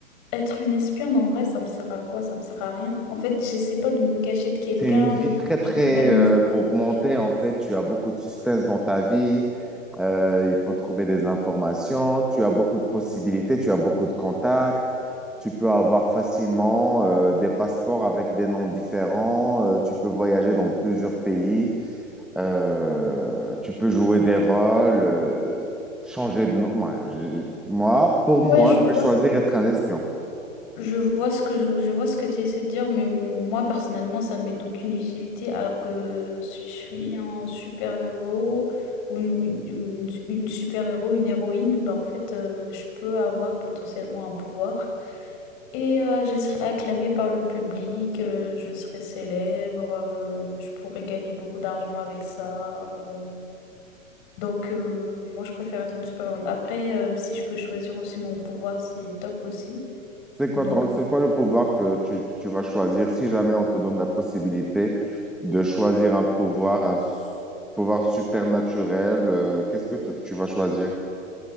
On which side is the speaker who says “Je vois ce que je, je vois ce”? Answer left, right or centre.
Left